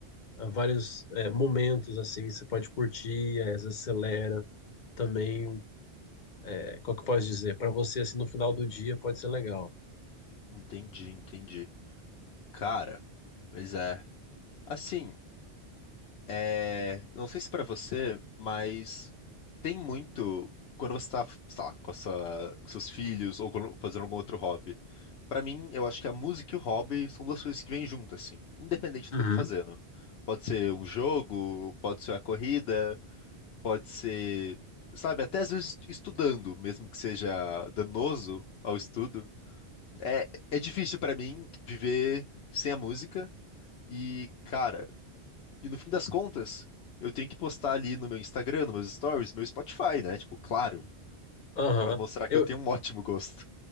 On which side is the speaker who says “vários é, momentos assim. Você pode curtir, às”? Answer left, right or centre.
Left